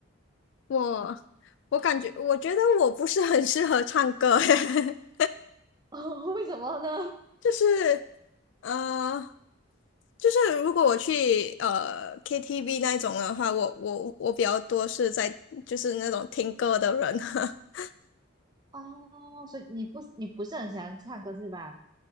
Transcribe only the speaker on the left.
我我感觉我觉得我不是很适合唱歌。<laughs>
就是呃，就是如果我去呃 KTV 那一种的话，我我我比较多是在就是那种听歌的人啊。<laughs>